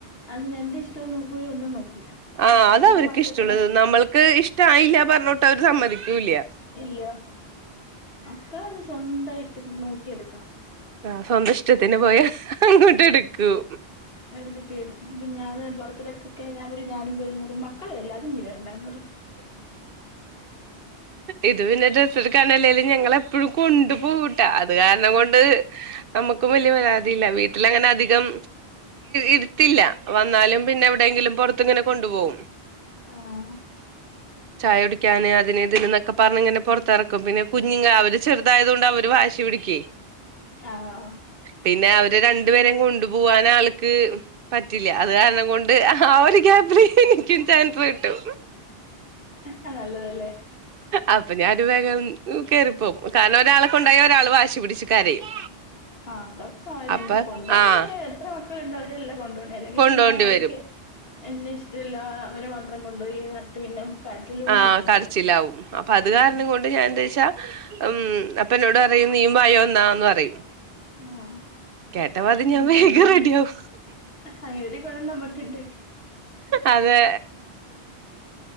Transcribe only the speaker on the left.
അതിന് എന്റെ ഇഷ്ടംന്ന് നോക്കൂ ഒന്നും നോക്കൂല.
ഇത്
മക്കൾക്ക്
ഇല്ല മക്കൾ സ്വന്തമായിട്ട് നോക്കിയെടുക്കണം.
എരുതിട്ട് വരും ഇപ്പ ഞാന് ബർത്ത്ഡേക്കൊക്കെ ഞാൻ പറയും ഞാനും വരും ന്ന് പറയും മക്കള് ഇല്ലാതെ നീ വരണ്ടാന്ന് പറയും
ആഹ്
ആഹ്
അത് നല്ലതല്ലേ
ആഹ് അത് ഒറപ്പാ രണ്ട്
കൊണ്ടോവുമ്പോ
എത്ര മക്കളുണ്ട് അവരെല്ലാം കൊണ്ട്പോ അല്ലെങ്കി
പിന്നെ അവർക്ക്
എന്നെ ഇഷ്ടല്ല അവരെ മാത്രം കൊണ്ടോയി പറഞ്ഞിട്ട് പിന്നെ കരച്ചിലും
പിടിച്ചിലും
ആയിരിക്കും
ഉം
ആഹ്
അങ്ങെ
അങ്ങനെ
അങ്ങനെ ഒരു ഗുണം നമ്മുക്കുണ്ട്